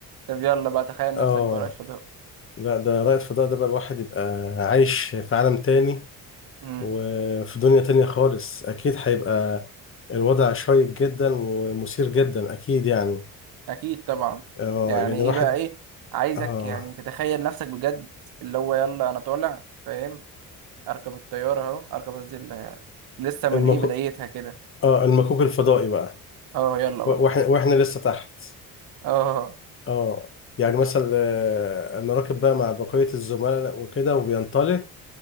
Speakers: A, on the right; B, on the left.
A: طب يلا بقى تخيل نفسك
B: آه
A: بقى رائد فضاء
B: لا ده رائد فضاء ده بقى الواحد يبقى عايش في عالم تاني
A: امم
B: وفي دنيا تانية خالص أكيد هيبقى الوضع شيق جدا ومثير جدا أكيد يعني
A: اكيد طبعا
B: آه
A: يعني
B: يعني الواحد
A: ايه بقى ايه عايزك
B: آه
A: يعني تتخيل نفسك بجد اللي هو يلا انا طالع فاهم اركب الطياره اهو اركب قصدي ال- لسه من
B: المكو
A: ايه بدايتها كده
B: آه المكوك الفضائي بقى
A: اه يلا بقى
B: و- وإحنا وإحنا لسه تحت
A: اه
B: آه يعني مثلا آه، أنا راكب بقى مع بقية الزملاء وكده وبينطلق